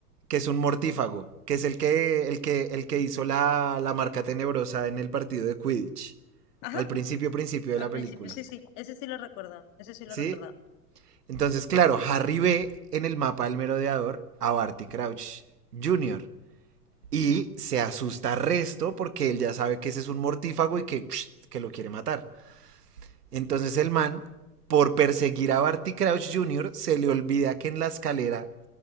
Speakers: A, on the right; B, on the left.
A: que es un mortífago, que es el que, el que, el que hizo la, la marca tenebrosa en el partido de Quidditch.
B: Ajá,
A: Al principio, principio de
B: al
A: la
B: principio,
A: película.
B: sí, sí, ese sí lo recordaba, ese sí lo
A: ¿Sí?
B: recordaba.
A: Entonces, claro, Harry ve en el mapa del merodeador a Barty Crouch Jr. Y se asusta resto porque él ya sabe que ese es un mortífago y que, que lo quiere matar. Entonces el man, por perseguir a Barty Crouch Jr., se le olvida que en la escalera